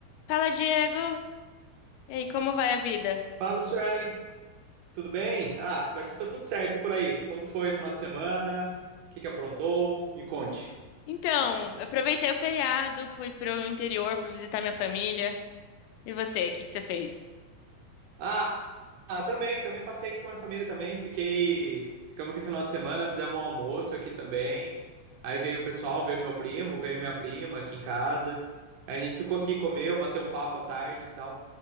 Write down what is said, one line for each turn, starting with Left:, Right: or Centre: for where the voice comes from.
Left: Fala, Diego. E aí, como vai a vida?
Right: Fala, Suelen, tudo bem? Ah, por aqui tá tudo certo e por aí. Como que foi o final de semana? O que que aprontou? Me conte.
Left: Então, eu aproveitei o feriado, fui pro interior, fui visitar minha família. E você, o que que você fez?
Right: Ah, ah, também, também passei aqui com a minha família também. Fiquei, ficamos aqui no final de semana, fizemos um almoço aqui também. Aí veio o pessoal, veio meu primo, veio minha prima aqui em casa. Aí a gente ficou aqui, comeu, bateu um papo à tarde e tal.